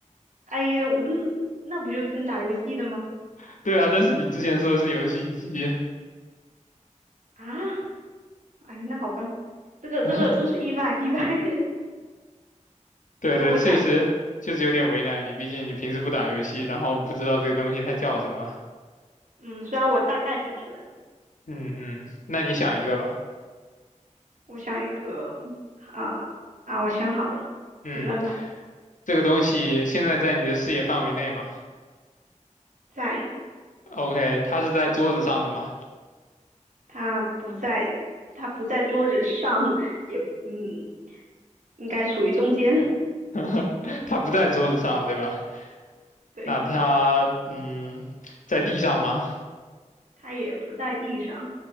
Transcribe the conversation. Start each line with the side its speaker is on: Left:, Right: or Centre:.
Right: 哎呀，我那那不就跟打游戏的吗？
Left: <laughs> 对啊，但是你之前说的是游戏机。
Right: 啊，哎，那好吧，这个这个这个是意外意外，
Left: <laughs>
Right: <laughs>
Left: 对对，
Right: 那我想一个。
Left: 确实确实有点为难你，毕竟你平时不打游戏，然后不知道这个东西它叫什么。
Right: 嗯，虽然我大概猜出来。了。
Left: 嗯嗯，那你想一个吧。
Right: 我想一个啊啊，我想好了，
Left: 嗯，
Right: 你问吧。
Left: 这个东西现在在你的视野范围内吗
Right: 在，
Left: ？OK，它是在桌子上的吗？
Right: 它不在，它不在桌子上，也嗯，应该属于中间。
Left: <laughs> 它不在桌子上，对吧？
Right: 对，
Left: 那它嗯，在地上吗？
Right: 它也不在地上。